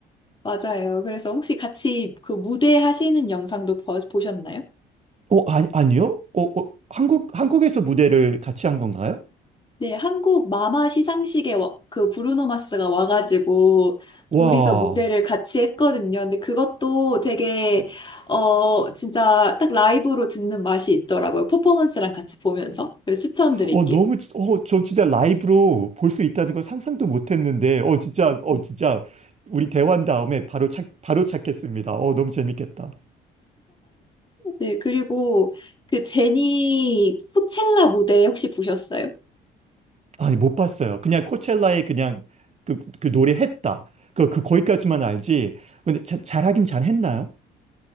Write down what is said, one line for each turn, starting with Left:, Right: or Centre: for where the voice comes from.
Left: 맞아요. 그래서 혹시 같이 그 무대 하시는 영상도 버- 보셨나요?
Right: 어 아니 아니요? 어, 어 한국 한국에서 무대를 같이 한 건가요?
Left: 네, 한국 마마 시상식에 와- 그 브루노 마스가 와가지고
Right: 와.
Left: 둘이서 무대를 같이 했거든요. 근데 그것도 되게 어 진짜 딱 라이브로 듣는 맛이 있더라고요. 퍼포먼스랑 같이 보면서. 그래서 추천드릴게요.
Right: 어, 너무, 진- 어, 저 진짜 라이브로 볼 수 있다는 건 상상도 못 했는데, 어, 진짜, 어, 진짜, 우리 대화한 다음에 바로 찾, 바로 찾겠습니다. 어, 너무 재밌겠다.
Left: 네, 그리고 그 제니 코첼라 무대 혹시 보셨어요?
Right: 아니, 못 봤어요. 그냥 코첼라에 그냥 그, 그 노래 했다. 그, 그, 거기까지만 알지. 근데 자- 잘하긴 잘했나요?